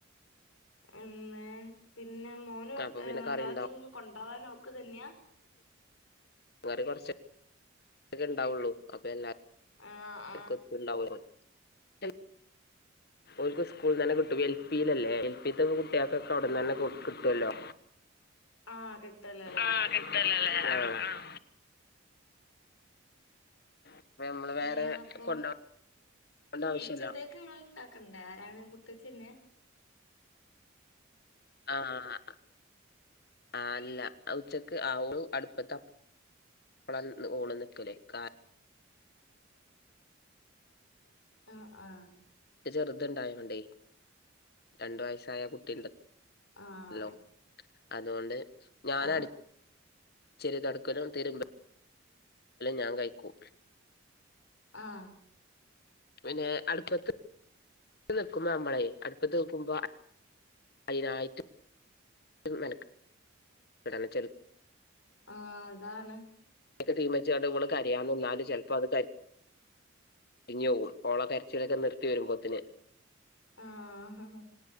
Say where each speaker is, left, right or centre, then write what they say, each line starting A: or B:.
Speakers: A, on the left; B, on the left.
A: എന്നെ പിന്നെ മോന്
B: അപ്പൊ പിന്നെ
A: എന്താ
B: കറി ഉണ്ടാവും
A: നീന്ന് കൊണ്ടാവാൻ നോക്ക് തന്നെയാ
B: വേറെ കുറച്ച് അക്കെ ഉണ്ടാവുള്ളൂ അ എല്ലാ
A: ആഹ
B: <inaudible> ഓല്ക്ക് സ്കൂളി തന്നെ കിട്ടും എൽ പിയി അല്ലേ എൽ പി ത്തെ കുട്ടികൾക്കൊക്കെ അവിടുന്ന്ൺന്നെ കൊട് കിട്ടുമല്ലോ
A: ആഹ് കിട്ട്ല്ലല്ലേ
B: ആഹ് ആഹ് അപ്പൊ നമ്മള്
A: അല്ല
B: വേറെ
A: അപ്പൊ
B: കൊണ്ടോണ്ട ആവശ്യല്ല
A: ഉച്ചത്തേക്ക് നിങ്ങ ഇണ്ടാക്കണ്ടേ ആരാണ് മൂത്തേച്ചിന്നെ
B: ആഹ് ആ അല്ല ഉച്ചക്ക് ആ അടുപ്പത്ത വള ഓള് നിൽക്കല് കാര
A: ആഹ് ആഹ്
B: ചെറുതിണ്ടായൊണ്ടേ രണ്ടു വയസ്സായ കുട്ടി
A: ആഹ്
B: ല്ലോ അതുകൊണ്ട് ഞാൻട
A: ആഹ്
B: ചെറിയ തൊടക്കലും തീരുമ്പ ഞാൻ കഴിക്കൂ
A: ആഹ്
B: പിന്നെ അടുപ്പത്ത് നിക്കുമ്പോ നമ്മളെ അടുപ്പത്ത് നിക്കുമ്പോ അയ്നായിട്ട് ന <unintelligible>
A: ആഹ് അതാണ്
B: തീമച്ചണ്ട് കരയാൻന്നാല് ചിലപ്പോത് ഇഞ്ഞവും ഓള കരച്ചിലൊക്കെ നിർത്തി വരുമ്പോത്തിന്
A: ആഹ് ആഹ്